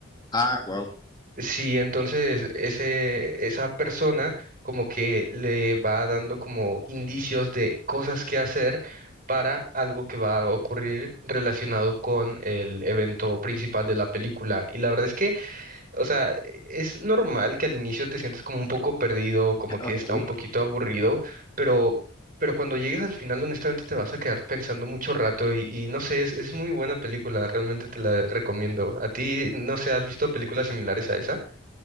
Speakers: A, on the left; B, on the right.
A: Ah, wow,
B: Sí, entonces ese, esa persona como que le va dando como indicios de cosas que hacer para algo que va a ocurrir relacionado con el evento principal de la película. Y la verdad es que, o sea, e, es normal que al inicio te sientas como un poco perdido, como que
A: ok.
B: está un poquito aburrido, pero, pero cuando llegues al final, honestamente, te vas a quedar pensando mucho rato y, y no sé, es, es muy buena película, realmente te la recomiendo. ¿A ti, no sé, has visto películas similares a esa?